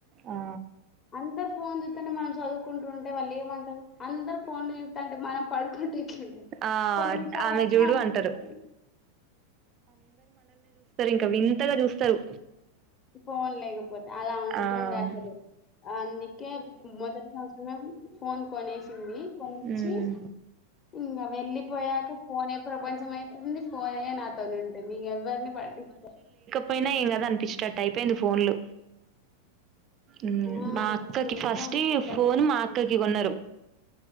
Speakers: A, on the right; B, on the left.
A: ఆ
B: అందర్ ఫోన్ చూతంటే మనం చదువుకుంటుండే టే వాళ్ళు ఏమంటరు అందరు ఫోన్లు తంటే మనం పడుకుంటే ఎట్లుంటది
A: ఆ
B: కొన్ని విషయాలు
A: ఆమె
B: అట్నే
A: చూడు
B: అనిపిస్తాయి
A: అంటారు ఇంక వింతగా చూస్తారు
B: ఫోన్ లేకపోతే అలా ఉంటుండే
A: ఆ
B: అసలు అందుకే మొదటి సంవత్సర ఐ లవ్ యూ ఫోన్ కొనేసింది కొనిచ్చి
A: హ్మ్
B: ఇంగ వెళ్ళిపోయాక ఫోనే ప్రపంచం అయితుంది ఫోనే నాతోనుంటే మీ ఎవ్వర్ని పట్టించుకో
A: పోయినా ఏం గాదూ అనిపిష్ టట్టు అయిపోయింది ఫోన్లు అమ్
B: ఆ
A: మా అక్కకి
B: అట్లుంటాం
A: ఫస్ట్ ఇ‌
B: అట్లా
A: ఫోన్
B: చేస్తాం
A: మా అక్కకి కొన్నారు